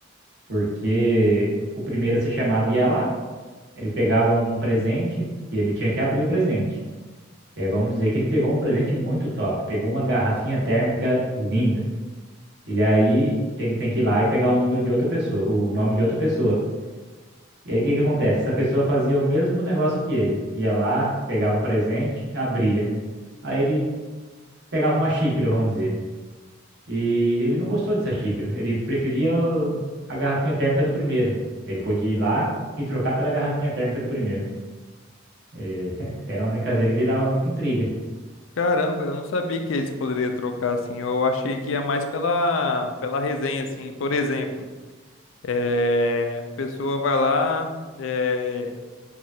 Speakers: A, on the right; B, on the left.
A: porque o primeiro a ser chamado ia lá, ele pegava um presente e ele tinha que abrir o presente. E aí vamos dizer que ele pegou um presente muito top, pegou uma garrafinha térmica linda. E aí ele tem que ir lá e pegar o número de outra pessoa, o nome de outra pessoa. E aí o que que acontece? Essa pessoa fazia o mesmo negócio que ele. Ia lá, pegava um presente, abria. Aí ele pegava uma xícara, vamos dizer. E ele não gostou dessa xícara. Ele preferia o- a garrafinha térmica do primeiro. Ele podia ir lá e trocar pela garrafinha térmica do primeiro. E <laughs> era uma brincadeira que gerava muita intriga.
B: Caramba, eu não sabia que eles poderiam trocar, assim. Eu achei que ia mais pela, pela resenha, assim. Por exemplo, eh, a pessoa vai lá. eh,